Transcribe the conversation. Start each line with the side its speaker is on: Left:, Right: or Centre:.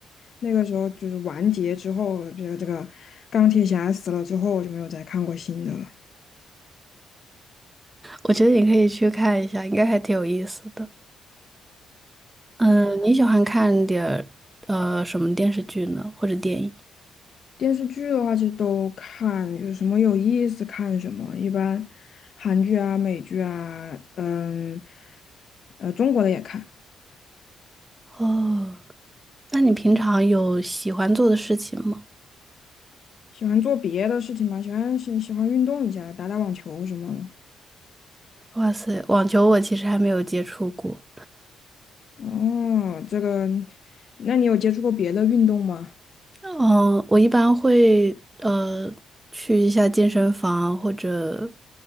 Left: 那个时候就是完结之后，这个这个钢铁侠死了之后，我就没有再看过新的了。
Right: 我觉得你可以去看一下，应该还挺有意思的。嗯，你喜欢看点儿呃什么电视剧呢，或者电影？
Left: 电视剧的话，其实都看，有什么有意思看什么。一般韩剧啊、美剧啊，嗯，呃，中国的也看。
Right: 哦，那你平常有喜欢做的事情吗？
Left: 喜欢做别的事情嘛，喜欢喜喜欢运动一下，打打网球什么的。
Right: 哇塞，网球我其实还没有接触过。
Left: 哦，这个，那你有接触过别的运动吗？
Right: 嗯，我一般会呃去一下健身房或者